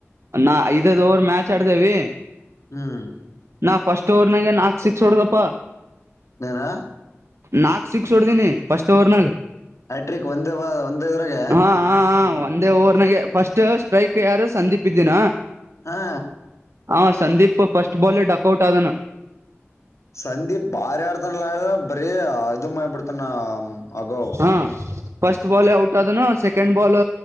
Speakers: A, on the right (about 65°); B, on the left (about 90°).
A: ನಾ ಐದದೋರ್ ಮ್ಯಾಚ್ ಆಡ್ದೇವಿ.
B: ಹ್ಮ್.
A: ನಾ ಫಸ್ಟ್ ಓವರ್ ನಾಗ ನಾಕ್ ಸಿಕ್ಸ್ ಹೊಡ್ದಪ್ಪಾ.
B: ಏನಾ.
A: ನಾಕ್ ಸಿಕ್ಸ್ ಹೊಡ್ದಿನಿ ಫಸ್ಟ್ ಓವರ್ನಗ.
B: ಹೈಟ್ರಿಕ್ ಒಂದೇ ವ ಒಂದ ಇದ್ರಾಗ.
A: ಹಾ ಹಾ ಒಂದೇ ಓವರ್ ನಗೆ ಫಸ್ಟ್ ಸ್ಟ್ರೈಕ್ ಯಾರು ಸಂದೀಪ್ದ್ದಿನ
B: ಹಾ,
A: ಹ ಸಂದೀಪ್ ಫಸ್ಟ್ ಬಾಲ್ ಡಕ್ಔಟ್ ಆದನು.
B: ಸಂದೀಪ್ ಬಾರಿ ಆಡ್ತನ್ ಆಡ ಬರೀ ಅದು ಮಾಡ್ ಬಿಡ್ತಾನ. ಹ್ಮ ಅಗೌ,
A: ಹಾ ಫಸ್ಟ್ ಬಾಲ್ ಔಟ್ ಆದನು. ಸೆಕೆಂಡ್ ಬಾಲ್